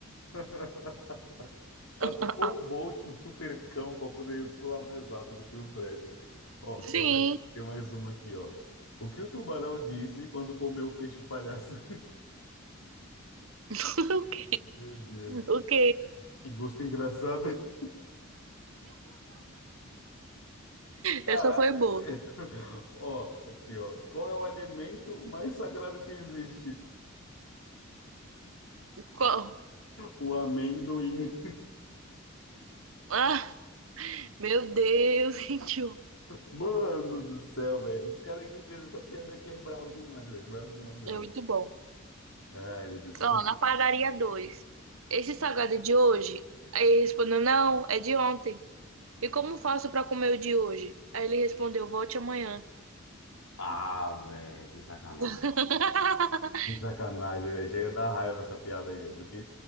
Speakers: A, on the left (about 85°); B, on the right (about 75°).
A: <laughs> Só se
B: Ah,
A: for o Bolt, um super cão, para poder pular mais alto do que o Fred. Ó,
B: Sim.
A: tem mais, tem mais uma aqui, ó. O que o tubarão disse de quando comeu o peixe palhaço?
B: <laughs> Ok.
A: <laughs> Meu Deus,
B: Ok.
A: que gosto engraçado. Caraca,
B: Essa foi boa.
A: velho. Ó, aqui, ó. Qual é o alimento mais sagrado que existe?
B: Qual?
A: O amendoim.
B: Ah, meu Deus, <laughs> gente.
A: Mano do céu, velho. Os caras que fez essa piada aqui é bravo demais, velho. Bravo demais mesmo.
B: É muito bom.
A: Ai, meu Deus. Você
B: Ó,
A: tinha-
B: na padaria 2. Esse salgado é de hoje? Aí ele respondeu, não, é de ontem. E como faço pra comer o de hoje? Aí ele respondeu, volte amanhã.
A: Ah, Ah, velho, que sacanagem.
B: <laughs>
A: Que sacanagem, velho. Chega a dar raiva essa piada aí, velho, porque